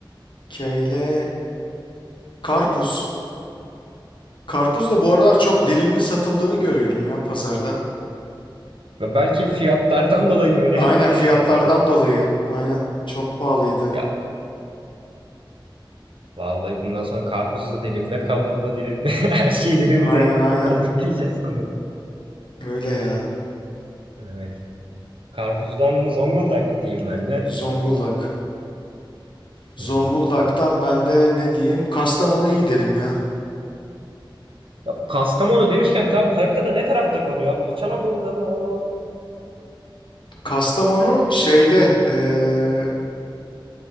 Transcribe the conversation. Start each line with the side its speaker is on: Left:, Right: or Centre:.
Left: Keyle. Karpuz. Karpuz da bu aralar çok dilimli satıldığını görüyorum ya pazarda.
Right: Ve belki fiyatlardan <laughs> dolayı mı öyle
Left: Aynen
Right: yaptılar
Left: fiyatlardan
Right: ki acaba?
Left: dolayı. Aynen. Çok pahalıydı.
Right: Ya vallahi bundan sonra karpuzu da dilimle, kavunu da dilimle, <laughs> her şeyi dilimle
Left: Aynen
Right: alıp,
Left: aynen.
Right: alıp yiyeceğiz sanırım.
Left: Öyle ya.
Right: Evet. Karpuz'dan Zonguldak diyeyim ben de.
Left: Zonguldak. Zonguldak'tan
Right: Hı hı.
Left: ben de ne diyeyim? Kastamonu'ya gidelim ya.
Right: Ya bu Kastamonu demişken tam haritada ne tarafta kalıyor abi? İç Anadolu'da mı o?
Left: Kastamonu şeyde eee,